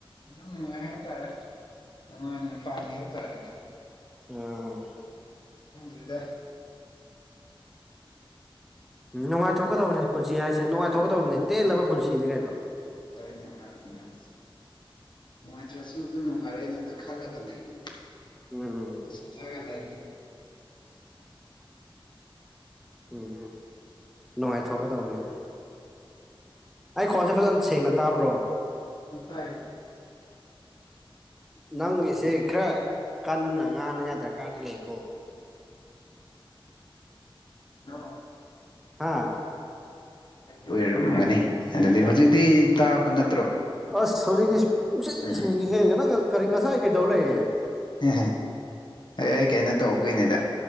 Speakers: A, on the left; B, in the centre.
A: ꯅꯨꯡꯉꯥꯏ ꯍꯥꯏꯇꯥꯔꯦ ꯅꯨꯡꯉꯥꯏꯅ ꯄꯥꯜꯂꯤ ꯍꯥꯏꯇꯥꯔꯦ ꯑꯗꯨ
B: ꯑꯥ
A: ꯔꯤꯗꯁꯦ
B: ꯎꯝ ꯅꯨꯡꯉꯥꯏꯊꯣꯛꯀꯗꯕꯅꯦ ꯄꯨꯟꯁꯤ ꯍꯥꯏꯁꯦ ꯅꯨꯡꯉꯥꯏꯊꯣꯛꯀꯗꯕꯅꯤ ꯇꯦꯜꯂꯕ ꯄꯨꯟꯁꯤꯅꯤ ꯀꯩꯅꯣ
A: ꯃꯥ ꯃꯥ ꯅꯨꯡꯉꯥꯏꯇ꯭ꯔꯁꯨ ꯑꯗꯨꯝ ꯅꯨꯡꯉꯥꯏꯔꯛꯦꯩꯅꯗ ꯈꯜꯂꯒ ꯂꯩ
B: ꯎꯝ
A: ꯊꯒ ꯂ
B: ꯎꯝ ꯎꯝ ꯅꯨꯡꯉꯥꯏꯊꯣꯛꯀꯗꯧꯕꯅꯤ ꯑꯩ ꯈꯣꯟꯁꯦ ꯐꯖꯅ ꯁꯦꯡꯅ ꯇꯥꯕ꯭ꯔꯣ
A: ꯇ
B: ꯅꯪꯒꯤꯁꯦ ꯈꯔ ꯀꯟꯅ ꯉꯥꯅꯉꯥꯏ ꯗꯔꯀꯥꯔꯗꯤ ꯂꯩꯀꯣ
A: ꯑꯣ
B: ꯍꯥꯥ
A: ꯑꯣꯏꯔꯝꯒꯅꯤ ꯑꯗꯨꯗꯤ ꯍꯧꯖꯤꯛꯇꯤ ꯇꯥꯕ ꯅ
B: ꯑꯁ ꯍꯧꯖꯤꯛꯇꯤ ꯄꯨꯡꯁꯦꯡ
A: ꯎꯝ
B: ꯍꯦꯡꯉꯦ ꯍꯦꯡꯉꯦ ꯅꯪ ꯀꯔꯤ ꯉꯁꯥꯏ ꯀꯩꯗꯧ ꯂꯩꯌꯦꯦ
A: ꯎ ꯑꯩ ꯀꯩꯅꯣ ꯇꯧꯕꯣꯏꯅꯤꯗ